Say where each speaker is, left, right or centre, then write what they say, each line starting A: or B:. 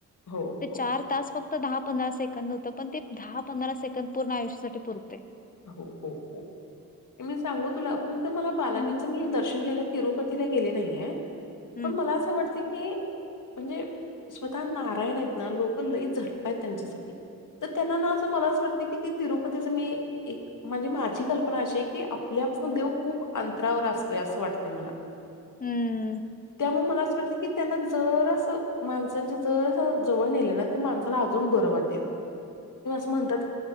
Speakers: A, on the left (about 65°); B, on the left (about 25°).
A: हो,
B: ते
A: हो,
B: चार तास फक्त. दहा पंधरा सेकंद न होतं पण ते दहा पंधरा सेकंदड पूर्ण आयुष्यासाठी पुरते.
A: हो हो हो मी सांगू तुला फक्त मला बालाजींचं
B: हम्म
A: मी दर्शन घ्यालं. तिरुपतीला गेले नाहीय
B: हम्म
A: पण मला असं वाटते की. म्हणजे स्वतः नारायण आहेत ना लोक लई झटतय त्यांच्यासाठी. तर त्यांनाना असं मला असच वाटते की ते तिरुपतीचं मी. एक म्हणजे माझी कल्पना अशी आहे की आपल्यापासून देव खूप अंतरावर असतोय असं वाटते मला.
B: हम्म.
A: त्यामुळे मला असं वाटल की त्यांना जरस माणसांचे जर जवळण येले ना ते माणसाला अजून बर. वा म्हणात